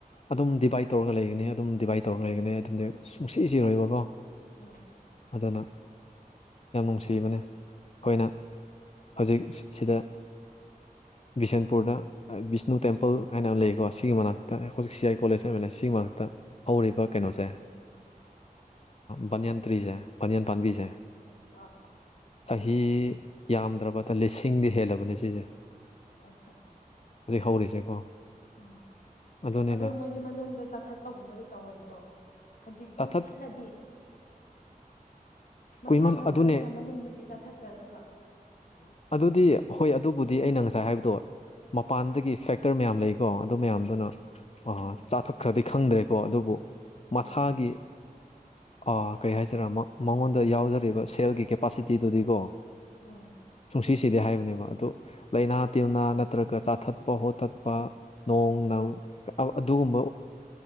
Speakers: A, on the left; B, on the left.
A: ꯑꯗꯨꯝ ꯗꯤꯚꯥꯏꯠ ꯇꯧꯔꯒ ꯂꯩꯒꯅꯤ ꯑꯗꯨꯝ ꯗꯤꯚꯥꯏꯠ ꯇꯧꯔ ꯂꯩꯒꯅꯤ ꯑꯗꯨꯝꯗꯤ ꯨꯡꯁꯤꯁꯤꯔꯣꯏꯕꯀꯣ
B: ꯎꯝ
A: ꯑꯗꯨꯅ ꯌꯥꯝ ꯅꯨꯡꯁꯤ ꯊꯤꯕꯅꯦ ꯑꯩꯈꯣꯏꯅ ꯍꯧꯖꯤꯛ ꯁꯤꯗ ꯕꯤꯁꯦꯟꯄꯨꯔꯗ ꯕꯤꯁꯅꯨ ꯇꯦꯝꯄꯜ ꯍꯥꯏꯅ ꯑꯃ ꯂꯩꯀꯣ ꯁꯤꯒꯤ ꯃꯅꯥꯛꯇ ꯑꯩꯈꯣꯏꯖꯤ ꯁꯤ ꯑꯥꯏ ꯀꯣꯂꯦꯖ ꯍꯥꯏ ꯑꯃ ꯂꯩ ꯁꯤꯒꯤ ꯃꯅꯥꯛꯇ ꯍꯧꯔꯤꯕ ꯀꯩꯅꯣꯁꯦ ꯕꯥꯅꯤꯟ ꯇ꯭ꯔꯤꯁꯦ ꯄꯥꯅꯤꯌꯟ ꯄꯥꯟꯝꯕꯤꯁꯦ
B: ꯎꯝ ꯂꯝꯕꯤꯁꯦ
A: ꯆꯍꯤ ꯌꯥꯝꯗ꯭ꯔꯕꯗ ꯂꯤꯁ ꯏꯪꯗꯤ ꯍꯦꯜꯂꯕꯅꯦ ꯁꯤꯁꯦ
B: ꯑꯆꯥꯆꯥ
A: ꯍꯧꯖꯤꯛ ꯍꯧꯔꯤꯁꯦꯀꯣ
B: ꯎꯝ
A: ꯑꯗꯨꯅꯤꯗ
B: ꯑꯗꯣ ꯃꯣꯏꯗꯤ ꯃꯅꯨꯡꯗ ꯆꯥꯊꯠꯄꯒꯨꯝꯕꯗꯤ ꯇꯧꯔꯣꯏꯗ꯭ꯔꯣ ꯍꯧꯖꯤꯛ
A: ꯆꯥꯊꯠ
B: ꯀꯨꯏꯃꯜꯂꯗꯤ ꯃꯁꯥ
A: ꯀꯨꯏꯃꯜ
B: ꯃꯊꯟꯗꯨꯅ
A: ꯑꯗꯨꯅꯦ
B: ꯃꯅꯨꯡꯗꯒꯤ ꯆꯥꯊꯠꯆꯔꯒ
A: ꯗꯤ ꯍꯣꯏ ꯑꯗꯨꯕꯨꯗꯤ ꯑꯩꯅ ꯉꯁꯥꯏ ꯍꯥꯏꯕꯗꯣ ꯃꯄꯥꯟꯗꯒꯤ ꯐꯦꯛꯇꯔ ꯃꯌꯥꯝ ꯂꯩ ꯀꯣ ꯑꯗꯨ ꯃꯌꯥꯝꯗꯨꯅ
B: ꯎꯝ ꯎꯝ
A: ꯆꯥꯊꯠꯈ꯭ꯔꯗꯤ ꯈꯪꯗ꯭ꯔꯦꯀꯣ ꯑꯗꯨꯕꯨ ꯃꯁꯥꯒꯤ
B: ꯎꯝ
A: ꯑ ꯀꯩ ꯍꯥꯏꯁꯤꯔ ꯃꯉꯣꯟꯗ ꯌꯥꯎꯖꯔꯤꯕ ꯁꯦꯜꯒꯤ ꯀꯦꯄꯥꯁꯤꯇꯤꯗꯨꯗꯤꯀꯣ
B: ꯎꯝ
A: ꯆꯨꯡꯁꯤꯁꯤꯗꯤ ꯍꯥꯏꯕꯅꯦꯕ ꯑꯗꯨ ꯂꯩꯅꯥ ꯇꯤꯟꯅꯥ ꯅꯠꯇ꯭ꯔꯒ ꯆꯥꯊꯠꯄ ꯍꯣꯊꯠꯄ ꯅꯣꯡ ꯑꯗꯨꯝ